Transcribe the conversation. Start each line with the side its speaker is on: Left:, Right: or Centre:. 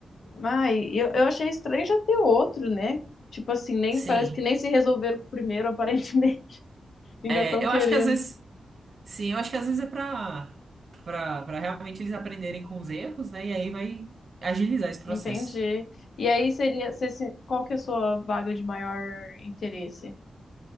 Left: Ai, eu, eu achei estranho já ter outro, né? Tipo assim, nem
Right: Sim.
Left: parece que nem se resolveram com o primeiro, <laughs> aparentemente. E
Right: É,
Left: já estão
Right: eu
Left: querendo.
Right: acho que às vezes, sim, eu acho que às vezes é pra, pra, pra realmente eles aprenderem com os erros, né? E aí vai agilizar esse processo.
Left: Entendi. E aí seria, se- se- qual que é a sua vaga de maior interesse?